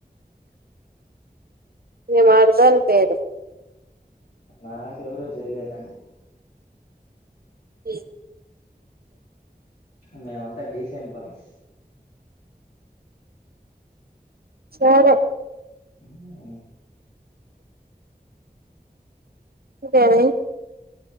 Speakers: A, on the right; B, on the left.
A: నీ మరదలు పేరు
B: నాకు ఎవరు చేయలేదు అండి
A: ప్లీజ్
B: అ మేమంతా డీసెంట్ బాయ్స్
A: సరే
B: ఆమ్
A: <unintelligible>